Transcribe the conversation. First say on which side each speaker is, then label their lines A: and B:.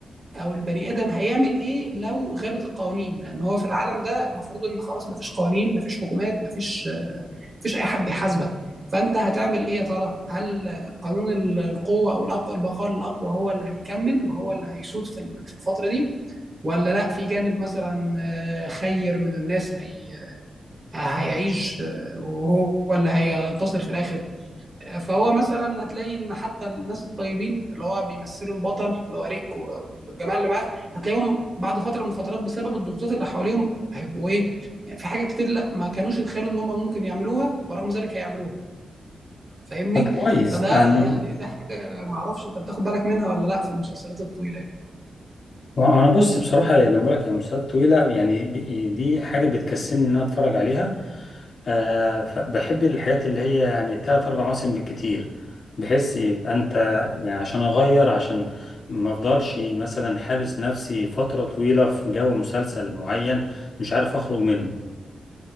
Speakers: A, on the right; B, on the left.
A: او البني ادم هيعمل ايه لو غابت القوانين لان هو في العالم ده المفروض ان خلاص مفيش قوانين مفيش حكومات مفيش آه، مفيش اي حد يحاسبك فانت هتعمل ايه يا ترى هل قانون ال- القوه او الأق- البقاء للاقوى هو اللي هيكمل وهو اللي هيسود في ال- في الفتره دي ولا لا في جانب مثلا آه، خير من الناس هي هيعيش آه، وهو اللي هينتصر في الاخر فهو مثلا هتلاقي ان حتى الناس الطيبين اللي هو بيمثلوا البطل اللي هو ريك و- والجماعه اللي معاه هتلاقيهم بعد فتره من الفترات بسبب الضغوطات اللي حواليهم هيبقوا ايه يعني في حاجات كتير لا ما كانوش يتخيلوا ان هم ممكن يعملوها ورغم ذلك هيعملوها فاهمني
B: طب كويس
A: فده
B: يعني
A: دي دي حاجه ما اعرفش انت بتاخد بالك منها ولا لا في المسلسلات الطويله يعني.
B: وأنا بص بصراحة لما بقولك يعني مسلسلات طويلة يعني ب- دي حاجة بتكسلني إن أنا أتفرج عليها آه، ف- بحب الحاجات اللي هي يعني تلات أربع مواسم بالكتير بحيث يبقى أنت يعني عشان أغير عشان ما أفضلش مثلا حابس نفسي فترة طويلة في جو مسلسل معين مش عارف أخرج منه